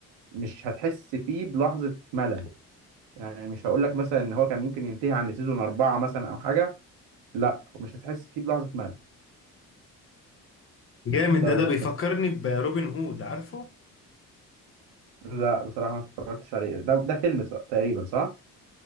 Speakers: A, on the right; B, on the left.
A: مش هتحس فيه بلحظه ملل يعني مش هقول لك مثلا ان هو كان ممكن ينتهي عند سيزون اربعه مثلا او حاجه لا مش هتحس فيه بلحظه ملل
B: جامد
A: لو
B: ده ده بيفكرني بروبن هود عارفه؟
A: لا بصراحة ما اتفرجتش عليه ده ده فيلم صح- تقريبا صح؟